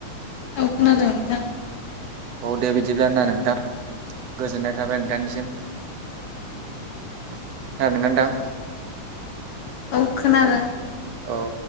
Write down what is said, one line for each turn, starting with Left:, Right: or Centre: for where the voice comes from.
Left: औ खोनादों नोंथां
Right: औ दे बि बिदिब्लााना नोंथां गोजोननाय थाबाय नोंथांनिसिम खोनादोना नोथां
Left: औ खोनादों
Right: औ